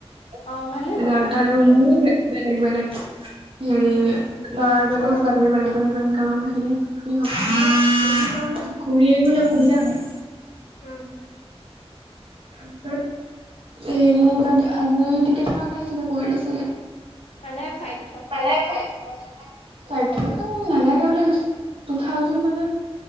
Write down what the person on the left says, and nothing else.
অ', ভালেই হ'ব।
উম, উম,
উম,
মানে ফাইট